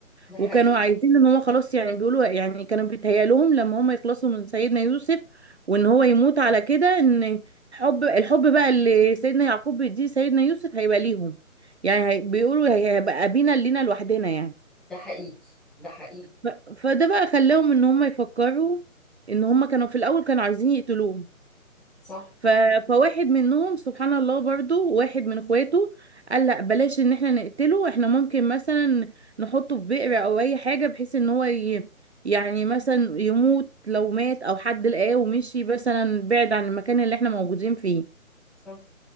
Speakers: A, in the centre; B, on the right.
A: ده حقيقي
B: وكانوا عايزين ان هو خلاص يعني بيقولوا يعني كانوا بيتهيألهم لما هم يخلصوا من سيدنا يوسف وان هو يموت على كده ان حب الحب بقى اللي سيدنا يعقوب بيديه سيدنا يوسف هيبقى ليهم يعني هي- بيقولوا هيبقى أبينا لينا لوحدنا يعني
A: ده حقيقي ده حقيقي
B: ف- فده بقى خلاهم ان هم يفكروا ان هم كانوا في الاول كانوا عايزين يقتلوه
A: صح
B: ف... فواحد منهم سبحان الله برضو واحد من اخواته قال لا بلاش ان احنا نقتله احنا ممكن مثلا نحطه في بئر او اي حاجة بحيث ان هو ي... يعني مثلا يموت لو مات او حد لقاه ومشي مثلا بعيد عن المكان اللي احنا موجودين فيه
A: صح